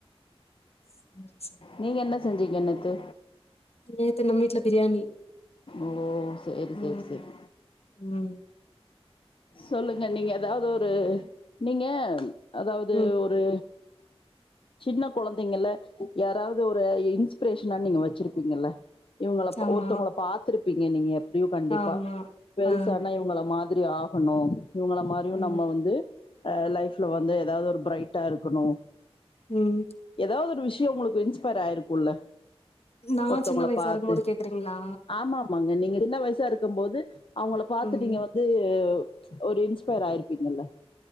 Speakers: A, on the left (about 75°); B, on the left (about 55°).
A: சரி சரி
B: நீங்க என்ன செஞ்சிங்க நேத்து
A: நேத்து நம்ம வீட்ல பிரியாணி
B: ஓ சேரி
A: ம்
B: சேரி சேரி
A: ம்
B: சொல்லுங்க நீங்க ஏதாவது ஒரு நீங்க அதாவது
A: ம்
B: ஒரு சின்ன கொழந்தைங்கல யாராவது ஒரு இன்ஸ்பிரேஷன நீங்க வச்சிருப்பீங்கல்ல இவ்ங்கள
A: ஆமா
B: ஒருத்தவுங்கள பாத்துருப்பீங்க நீங்க ரியு கண்டிப்பா
A: ஆமா
B: பெருச
A: ஆ
B: ஆனா இவுங்கள மாதுரி ஆகணு இவங்கள மாத் இவ்
A: ம்
B: நம்ம வந்து அ லைஃப்ல வந்து எதாவ்து ஒரு ப்ரரைட்டா இருக்குணு
A: ம்
B: எதாவ்து ஒரு விஷ்ய உங்களுக்கு இன்ஸ்பயர் ஆயிருக்குல்ல
A: நா
B: ஒருத்தவுங்கல
A: சின்ன வயசா
B: பாத்து
A: இருக்கும் போது கேக்குறீங்களா
B: ஆமா மாங்க நீங்க சின்ன வய்சா இருக்கம்போது அவுங்கள பாத்து
A: ம்
B: நீங்க வந்து ஒரு இன்ஸ்பயர் ஆயிருப்பீங்கள்ள